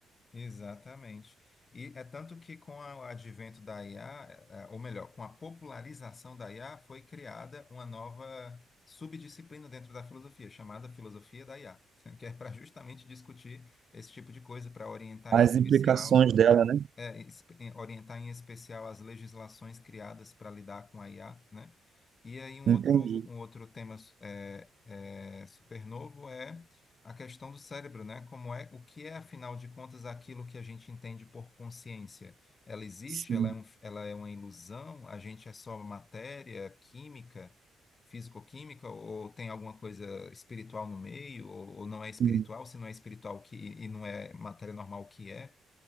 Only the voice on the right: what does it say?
As
implicações dela, né?
Entendi.
Sim,
sim.